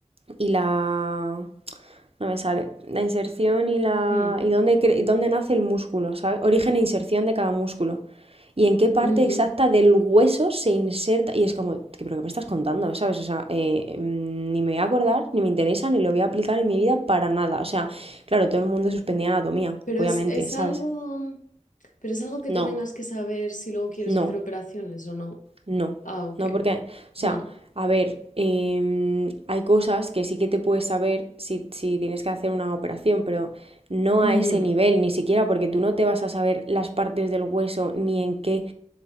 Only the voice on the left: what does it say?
mm,
ujú.
Pero
es, es
algo. Pero es algo que
te tengas que saber si luego quieres
hacer operaciones o no.
Ah, ok.
Hmm.
Ujú.